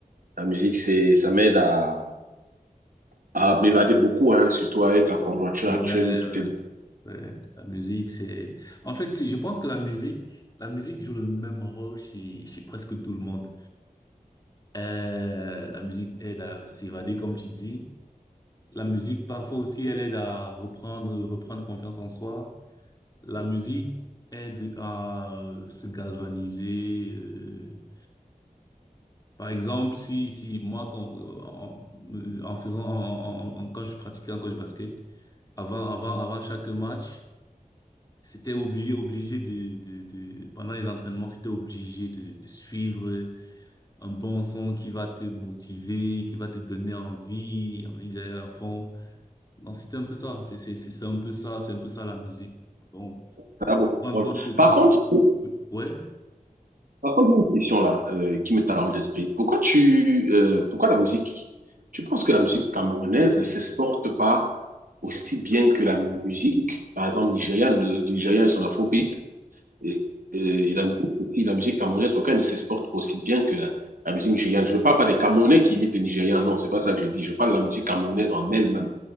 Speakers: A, on the right; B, on the left.
A: la musique c'est, ça m'aide à à m'évader beaucoup, hein, surtout avec la conjoncture
B: Ouais,
A: actuelle où tout
B: ouais,
A: est
B: ouais. La musique, c'est, en fait, c'est, je pense que la musique, la musique joue le même rôle chez, chez presque tout le monde. Euh, la musique aide à s'évader, comme tu dis. La musique, parfois aussi, elle aide à reprendre, reprendre confiance en soi. La musique aide à euh, se galvaniser, euh, Par exemple, si, si, moi, quand, en, en faisant, en, en- en- quand je pratiquais un coach basket, avant, avant, avant chaque match, c'était obligé, obligé de, de, de, pendant les entraînements, c'était obligé de, de suivre un bon son qui va te motiver, qui va te donner envie, envie d'aller à fond. Donc, c'était un peu ça. C'est, c'est, c'est c'est un peu ça, c'est un peu ça la musique. Bon,
A: ça a beaucoup
B: rendre
A: de rôle.
B: compte que quand,
A: Par contre,
B: tu- ouais.
A: par contre, j'ai une question là euh, qui me taraude l'esprit. Pourquoi tu, euh, pourquoi la musique? Tu penses que la musique camerounaise ne s'exporte pas aussi bien que la musique, par exemple, nigériane, le Nigeria et son afrobeat? Et, et et la, musique aussi, la musique camerounaise, pourquoi elle ne s'exporte aussi bien que la, la musique nigériane Je ne parle pas des Camerounais qui imitent les Nigérians, non, c'est pas ça que je dis. Je parle de la musique camerounaise en elle-même.